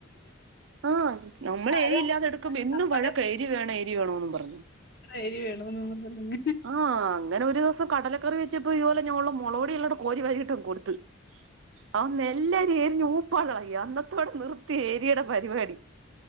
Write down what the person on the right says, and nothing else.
ആ നമ്മള
എരിയില്ലാതെ എന്നും
വഴക്ക. എരി വേണ എരി വേണോ എന്നും പറഞ്ഞു.
ആഹ്. അങ്ങനെ ഒരു ദിവസം കടല കറിവെച്ചപ്പോ ഇതുപോലെ ഞാനുള്ള മുളവടിള്ളോടെ കോരി വരിയിട്ടന്ന് കൊടുത്ത് അന്ന് എല്ലാരും എരിഞ്ഞ പ്പാടളക്കി. അന്നത്തോടെ നിർത്തി ഏരിയുടെ പരിപാടി